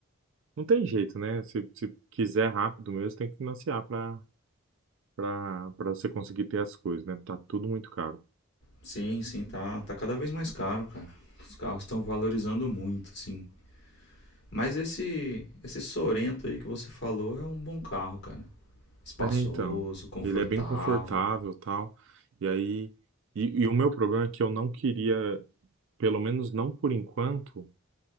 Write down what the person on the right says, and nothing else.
não tem jeito, né? Se, se quiser rápido mesmo, tem que financiar para para para você conseguir ter as coisas, né? Tá tudo muito caro.
É, então,
ele é bem confortável, tal. E aí, e, e o meu problema é que eu não queria, pelo menos não por enquanto,